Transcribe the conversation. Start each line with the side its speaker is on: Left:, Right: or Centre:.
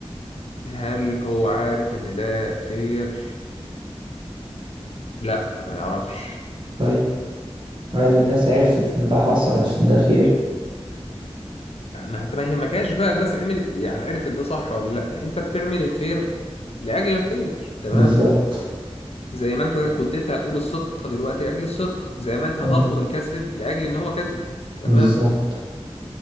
Left: هل هو عارف ان ده خير لا ما يعرفش
Right: طيب هل الناس عرفت ان ده حصل عشان ده خير
Left: ما انت ما يهمكش بقى الناس عملت إيه، يعني عرفت ده صح ولا لا انت بتعمل الخير لاجل الخير تمام
Right: بالظبط
Left: زي ما انت كنت انت هتقول الصدق دلوقتي لاجل الصدق زي ما انت
Right: مم.
Left: هترفض الكذب لاجل ان هو كذب تمام
Right: بالظبط